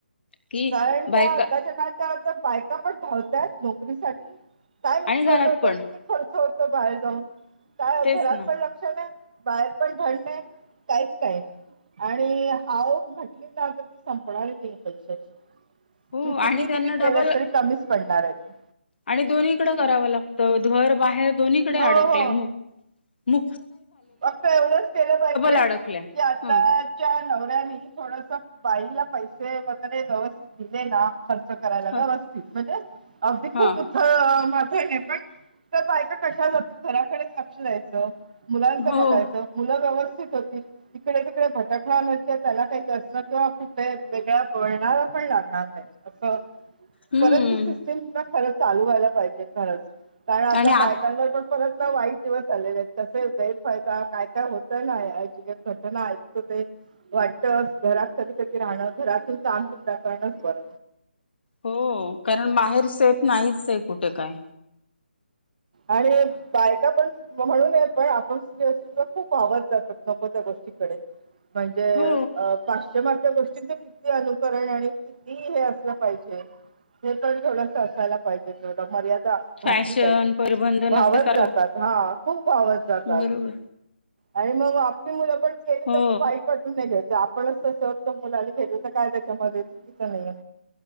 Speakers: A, on the left (about 60°); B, on the right (about 45°).
A: की
B: कारण
A: बायका
B: का आताच्या काळात बायका पण धावतात नोकरीसाठी काय विषपन
A: आणि घरात
B: होत
A: पण
B: कि ते खर्च होत बाहेर जाऊन काय
A: तेच
B: घरात
A: ना
B: पण लक्ष नाही बाहेर पण थंड नाही काहीच काही नाही आणि हाव म्हटली ना तर ती संपणारी नाही आहे पैशाची
A: हो
B: किती
A: आणि त्यांना
B: तुम्ही केलेत
A: डबल
B: तरी कमीच पडणार आहे ते
A: आणि दोन्हीकड करावं लागतं घर बाहेर दोन्हीकडे
B: हो
A: अडकल्या
B: हो
A: ना म
B: फक्त एवढंच केलं पाहिजे
A: अडकल्या
B: की आताच्या
A: ह
B: नवऱ्यानी थोडस बाईला पैसे वगैरे व्यवस्थित दिले ना खर्च करायला
A: ह
B: व्यवस्थित म्हणजे अगदी
A: हा
B: उथळ माथळ पण हे पण तर बायका कशा जातील घराकडेच लक्ष द्यायचं बघाचं
A: हो
B: मुलं व्यवस्थित <inaudible> तिकडे तिकडे भटकला नाही का त्यांना काही वैसणे किंवा कुठे वेगळ्या बोळणारा पण लागणार नाही असं
A: हम्म
B: परत त सिस्टम खर चालू व्हायला पाहिजे खरंच कारण आता
A: आणि आ
B: बायकांवर पण पर वाईट दिवस आलेले आहेत कसे गैरफायद ता काय काय होत ना अ ज घटना ऐकतो ते वाटत घरात कधी कधी राहणं घरातून काम सुद्धा करणंच बर
A: हो कारण बाहेर सेफ नाहीच आहे कुठे काय
B: आणि बायका पण म्हणून प आपण खूप वहावत जात नको त्या गोष्टीकडे म्हणजे
A: हो
B: पाश्चमात्य गोष्टींच किती अनुकरण आणि किती हे असलं पाहिजे हे पण थोडस असायला पाहिजे थोड मर्यादा
A: फॅशन
B: घातली पाहिजे
A: परिबंध
B: वहावत
A: नसल्यासारखं
B: जातात हा खूप वहावत जातात
A: बरोबर
B: आणि मग मुलं पण खेली
A: हो
B: तर मग बाई पाटून नाही घेत आपणच तसं होत मुलानी भेटच काय त्याच्यामध्ये चुकीचं नाही